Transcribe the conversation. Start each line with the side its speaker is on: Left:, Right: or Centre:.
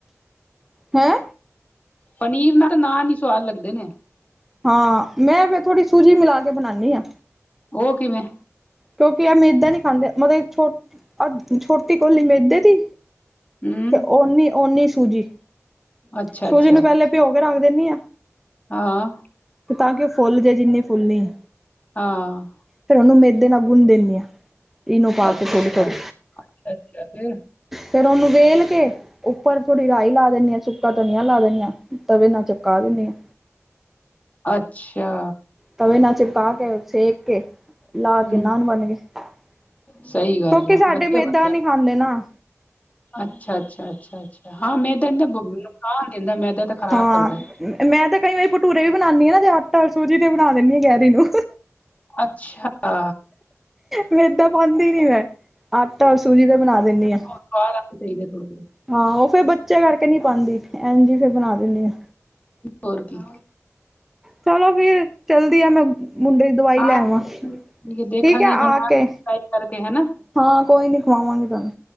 Centre: ਹੈਂ?
Left: ਪਨੀਰ ਨਾਲ ਤਾਂ, ਨਾਨ ਈ ਸਵਾਦ ਲੱਗਦੇ ਨੇ।
Centre: ਹਾਂ, ਮੈਂ ਫਿਰ ਥੋੜ੍ਹੀ ਸੂਜੀ ਮਿਲਾਕੇ ਬਣਾਂਨੀ ਆਂ।
Left: ਉਹ ਕਿਵੇਂ?
Centre: ਕਿਉਂਕਿ ਆਹ ਮੇਦਾ ਨੀ ਖਾਂਦੇ, ਮਤਲਬ ਏ, ਅ ਛੋਟੀ ਕੋਲੀ ਮੇਦੇ ਦੀ
Left: ਹੂੰ
Centre: ਤੇ ਓਂਨੀ-ਓਂਨੀ ਸੂਜੀ।
Left: ਅੱਛਾ
Centre: ਸੂਜੀ
Left: ਅੱਛਾ
Centre: ਨੂੰ ਪਹਿਲੇ ਭਿਓਕੇ ਰੱਖ ਦਿੰਨੀ ਆ।
Left: ਹਾਂ।
Centre: ਤੇ ਤਾਂ ਕਿ ਉਹ ਫੁੱਲ ਜੇ ਜਿੰਨੀ ਫੁੱਲਨੀ ਏ।
Left: ਹਾਂ।
Centre: ਫਿਰ ਉਹਨੂੰ ਮੇਦੇ ਨਾਲ ਗੁੰਣ ਦਿੰਦੀ ਹਾਂ। ਈਨੋ ਪਾ
Left: ਅੱਛਾ
Centre: ਕੇ ਥੋੜੀ- ਥੋੜੀ।
Left: ਅੱਛਾ ਫਿਰ
Centre: ਫੇਰ ਉਹਨੂੰ ਵੇਲ ਕੇ, ਉੱਪਰ ਥੋੜੀ ਰਾਈ ਲਾ ਦਿੰਦੀ ਹਾਂ, ਸੁੱਕਾ ਧਨੀਆ ਲਾ ਦਿੰਦੀ ਹਾਂ, ਤਵੇ ਨਾਲ ਚਿਪਕਾ ਦਿੰਦੀ ਹਾਂ।
Left: ਅੱਛਾ।
Centre: ਤਵੇ ਨਾ ਚਿਪਕਾ ਕੇ, ਸੇਕ ਕੇ। ਲਾ
Left: ਹੂੰ
Centre: ਕੇ ਨਾਨ ਬਣ ਗੇ। ਕਿਉਂਕਿ
Left: ਸਹੀ ਗੱਲ ਹੈ
Centre: ਸਾਡੇ
Left: ਵਧੀਆ
Centre: ਮੇਦਾ
Left: ਬਣਦੇ
Centre: ਨੀ ਖਾਂਦੇ ਨਾ।
Left: ਅੱਛਾ- ਅੱਛਾ- ਅੱਛਾ- ਅੱਛਾ ਹਾਂ, ਮੈਦਾ ਦਾ ਨੁਕਸਾਨ ਦਿੰਦਾ, ਮੈਦਾ ਤੇ ਖ਼ਰਾਬ
Centre: ਹਾਂ
Left: ਕਰਦਾ।
Centre: ਮੈਂ ਤਾਂ ਕਈ ਵਾਰੀ ਭਟੂਰੇ ਵੀ ਬਣਾਉਂਦੀ ਹਾਂ ਨਾ ਤੇ ਆਟਾ- ਸੂਜੀ ਦੇ ਬਣਾ ਦਿੰਦੀ ਹਾਂ ਜੈਰੀ ਨੂੰ।
Left: ਅੱਛਾ।
Centre: ਮੇਦਾਂ ਪਾਉਂਦੀ ਨੀ ਮੈਂ। ਆਟਾ ਔਰ ਸੂਜੀ ਦੇ ਬਣਾ ਦਿੰਦੀ ਆਂ।
Left: <unintelligible> ਚਹੀਦਾ ਥੋੜ੍ਹੀ-ਥੋੜੀ।
Centre: ਹਾਂ, ਉਹ ਫੇਰ ਬੱਚੇ ਕਰਕੇ ਨਹੀਂ ਪਾਉਂਦੀ। ਇੰਜ ਹੀ ਫਿਰ ਬਣਾ ਦਿੰਦੀ ਆਂ।
Left: ਹੋਰ ਕੀ।
Centre: ਚਲੋ ਫਿਰ, ਚਲਦੀ ਆ ਮੈਂ। ਮੁੰਡੇ ਦਵਾਈ
Left: ਹਾਂ
Centre: ਲੈ ਆਵਾਂ।
Left: ਠੀਕ ਦੇਖਾਂਗੀ
Centre: ਠੀਕ ਹੈ
Left: ਬਣਾ
Centre: ਆ ਕੇ
Left: ਟਰਾਈ ਕਰਕੇ ਹਨਾ
Centre: ਹਾਂ, ਕੋਈ ਨੀ ਖਵਾਵਾਂਗੇ ਤੁਹਾਨੂੰ।